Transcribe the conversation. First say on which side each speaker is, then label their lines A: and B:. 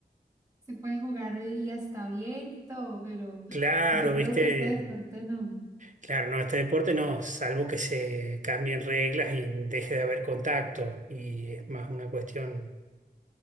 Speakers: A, on the right (about 20°); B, on the right (about 50°).
A: se puede jugar y hasta bien y todo, pero
B: Claro,
A: yo creo
B: viste,
A: que este deporte no.
B: claro, no, este deporte no, salvo que se cambien reglas y deje de haber contacto y es más una cuestión